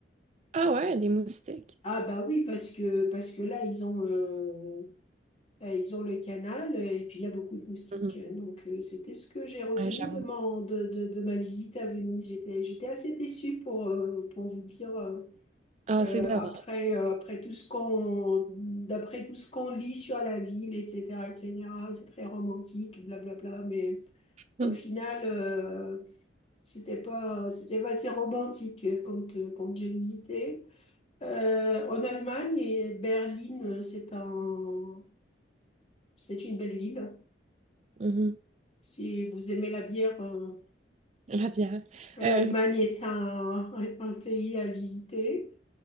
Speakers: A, on the right; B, on the left.
A: Ah ouais, des moustiques.
B: Ah bah oui, parce que, parce que là, ils ont, euh, euh, ils ont le canal euh, et puis il y a beaucoup de moustiques.
A: Mhm.
B: Donc euh, c'était ce que j'ai retenu
A: Ouais, j'avoue.
B: de, mon- de, de, de ma visite à Venise. J'étais, j'étais assez déçue pour, euh, pour vous dire, euh,
A: Ah,
B: euh,
A: c'est dommage.
B: après, euh, après tout ce qu'on, d'après tout ce qu'on lit sur la ville, etc., etc., c'est très romantique, blablabla, mais
A: Mhm.
B: au final, euh, c'était pas, c'était pas assez romantique euh, quand, euh, quand j'ai visité. Euh, en Allemagne, et Berlin, euh, c'est un, c'est une belle ville.
A: Mhm.
B: Si vous aimez la bière, euh,
A: <laughs> La bière.
B: l'Allemagne
A: Euh,
B: est un, <laughs> un pays à visiter.